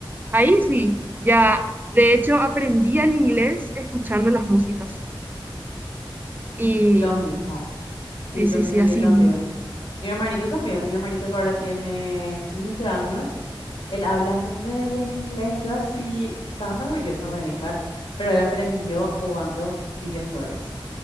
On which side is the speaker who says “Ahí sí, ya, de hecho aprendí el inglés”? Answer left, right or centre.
Right